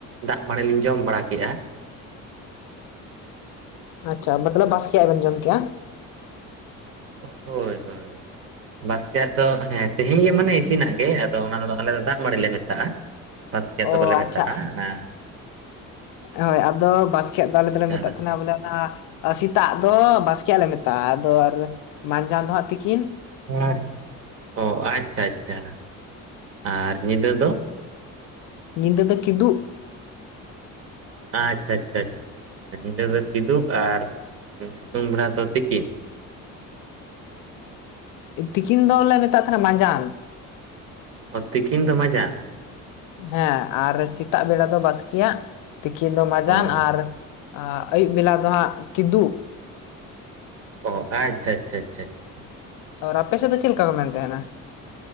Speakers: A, on the right (about 45°); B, on the left (about 80°).
A: ᱫᱟᱜ ᱢᱟᱲᱤ ᱞᱤᱧ ᱡᱚᱢ ᱵᱟᱲᱟᱠᱮᱜᱼᱟ᱾
B: ᱟᱪᱪᱷᱟ ᱢᱚᱛᱞᱚᱵ ᱵᱟᱥᱠᱮᱼᱟᱹᱜ ᱡᱚᱢ ᱠᱮᱜᱼᱟ᱾
A: ᱦᱳᱭ ᱦᱳᱭ ᱵᱟᱥᱠᱮᱭᱟᱜ ᱫᱚ ᱦᱮᱸ ᱛᱮᱦᱮᱧ ᱜᱮ ᱢᱟᱱᱮ ᱤᱥᱤᱱᱟᱜ ᱜᱮ ᱟᱫᱚ ᱚᱱᱟ ᱟᱞᱮ ᱫᱚ ᱫᱟᱜ ᱢᱟᱲᱤ ᱞᱮ ᱢᱮᱛᱟᱜᱼᱟ᱾ ᱵᱟᱥᱠᱮᱭᱟᱜ ᱫᱚ
B: ᱚ
A: ᱵᱟᱞᱮ ᱢᱮᱛᱟᱜᱼᱟ
B: ᱟᱪᱪᱷᱟ
A: ᱚᱱᱟ᱾
B: ᱦᱳᱭ ᱟᱫᱚ ᱵᱟᱥᱠᱮᱭᱟᱜ ᱫᱚ ᱟᱞᱮ ᱫᱚᱞᱮ
A: ᱡᱟᱦᱟᱸ
B: ᱢᱮᱛᱟᱜ ᱛᱟᱦᱮᱱᱟ ᱵᱚᱞᱮ ᱚᱱᱟ ᱥᱮᱛᱟᱜ ᱫᱚ ᱵᱟᱥᱠᱮᱭᱟᱜ ᱞᱮ ᱢᱮᱛᱟᱜᱼᱟ᱾ ᱟᱫᱚ ᱢᱟᱸᱡᱟᱱ ᱫᱚ ᱦᱟᱸᱜ ᱛᱤᱠᱤᱱ᱾
A: ᱟᱪᱷᱟ ᱚ ᱟᱪᱪᱷᱟ ᱟᱪᱪᱷᱟ ᱟᱨ ᱧᱤᱫᱟᱹ ᱫᱚ?
B: ᱧᱤᱫᱟᱹ ᱫᱚ ᱠᱤᱫᱩᱜ
A: ᱟᱪᱷᱟ ᱟᱪᱷᱟ ᱟᱪᱷᱟ ᱧᱤᱫᱟᱹ ᱫᱚ ᱠᱤᱫᱩᱵ ᱟᱨ ᱥᱤᱛᱩᱝ ᱵᱮᱲᱟ ᱫᱚ ᱛᱤᱠᱤᱱ᱾
B: ᱦᱮᱸ ᱛᱤᱠᱤᱱ ᱫᱚᱞᱮ ᱢᱮᱛᱟᱜ ᱛᱟᱦᱮᱱᱟ ᱢᱟᱸᱡᱟᱱ᱾
A: ᱛᱤᱠᱤᱱ ᱫᱚ ᱢᱟᱸᱡᱟᱱ ᱾
B: ᱦᱮᱸ ᱟᱨ ᱥᱮᱛᱟᱜ ᱵᱮᱲᱟ ᱫᱚ ᱵᱟᱥᱠᱮᱭᱟᱜ, ᱛᱤᱠᱤᱱ ᱫᱚ ᱢᱟᱡᱟᱱ
A: ᱚ
B: ᱟᱨ ᱟᱨ ᱟᱹᱭᱩᱵ ᱵᱮᱞᱟ ᱫᱚ ᱦᱟᱸᱜ ᱠᱤᱫᱩᱵ᱾
A: ᱚ ᱟᱪᱷᱟ ᱟᱪᱷᱟ ᱟᱪᱷᱟ ᱟᱪᱷᱟ
B: ᱟᱨ ᱟᱯᱮᱥᱮᱫ ᱫᱚ ᱪᱮᱫ ᱞᱮᱠᱟ ᱠᱚ ᱢᱮᱱ ᱛᱟᱦᱮᱱᱟ?